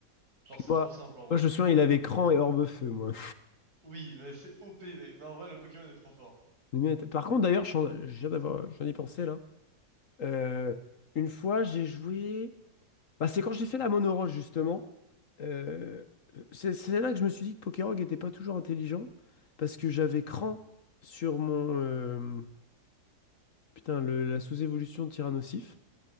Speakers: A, on the right; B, on the left.
A: Genre
B: Puis
A: c'est
B: moi,
A: trop simple en vrai.
B: moi, je
A: C'est-
B: me souviens, il avait cran et orbe feu, moi.
A: Oui, mais c'est OP mec. Non en vrai le Pokémon est trop fort.
B: <laughs> Les miens étaient- Par contre, d'ailleurs, je suis en- je viens d'avoir, j'en ai pensé là. Euh, une fois, j'ai joué. Bah, c'est quand j'ai fait la monoroche, justement. euh, c'est c'est là que je me suis dit que Pokerog n'était pas toujours intelligent, parce que j'avais cran sur mon... euh, putain, le- la sous-évolution de Tyrannosif.